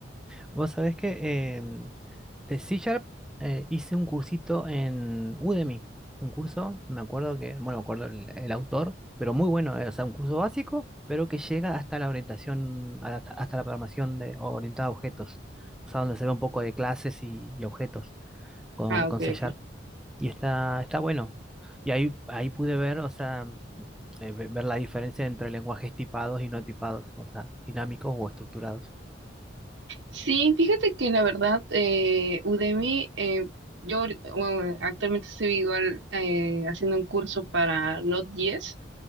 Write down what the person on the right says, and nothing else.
Ah, ok,
ok.
Sí, fíjate que la verdad, eh, Udemy, eh, yo ahori- bueno, actualmente estoy igual eh, haciendo un curso para Node.js,